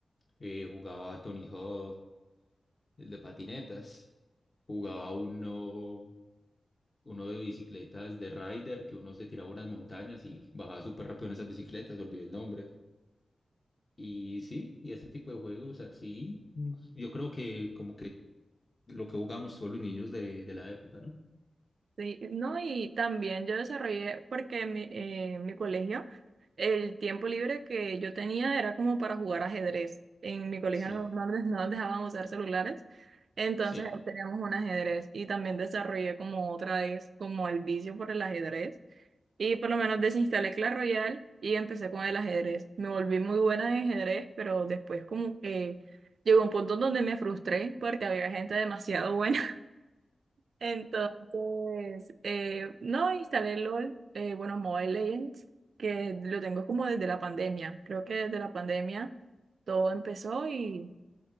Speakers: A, on the left; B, on the right.
A: eh, jugaba Tony Hawk, el de patinetas. Jugaba uno, uno de bicicletas de rider, que uno se tiraba unas montañas y bajaba súper rápido en esas bicicletas, olvidé el nombre. Y sí, y ese tipo de juegos así, mm, yo creo que como que lo que jugamos todos los niños de, de la época, ¿no?
B: Sí, no, y también yo desarrollé, porque en mi, eh, en mi colegio El tiempo libre que yo tenía era como para jugar ajedrez. En mi colegio
A: Sí,
B: no, no nos no nos dejaban usar celulares, entonces
A: sí.
B: ahí teníamos un ajedrez y también desarrollé como otra vez como el vicio por el ajedrez y por lo menos desinstalé Clash Royale y empecé con el ajedrez. Me volví muy buena en ajedrez, pero después como que llegó un punto donde me frustré porque había gente demasiado buena entonces, eh, no, instalé LOL, eh, bueno, Mobile Legends, que lo tengo como desde la pandemia. Creo que desde la pandemia todo empezó y,